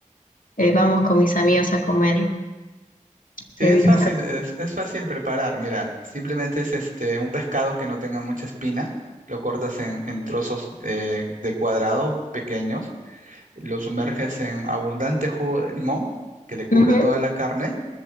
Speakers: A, on the left; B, on the right.
A: eh, vamos con mis amigos a comer
B: Sí,
A: ceviche.
B: es fácil, es, es fácil preparar. Mira, simplemente es este, un pescado que no tenga mucha espina, lo cortas en, en trozos eh, de cuadrado pequeños, lo sumerges en abundante jugo de limón que le cubra
A: Ujú,
B: toda la carne